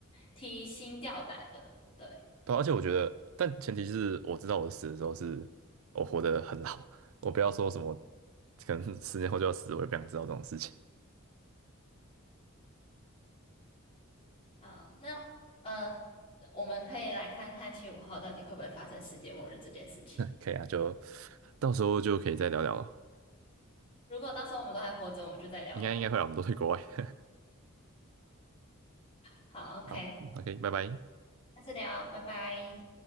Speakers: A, on the left (about 25°); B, on the right (about 70°).
A: 提心吊胆的。对，
B: 对啊而且我觉得，但前提是我知道我死的时候是我活得很老，<laughs> 我不要说什么可能十年后就要死，我也不想知道这种事情。
A: 好，那呃，我们可以来看看七五号到底会不会发生世界末日这件事情。
B: 可以啊，就到时候就可以再聊聊了，
A: 如果到时候我们都还活着，我们就再聊聊。
B: 应该应该会啊，我们都去国外。<laughs>
A: 好，OK，
B: 好，OK，拜拜。
A: 下次聊，拜拜。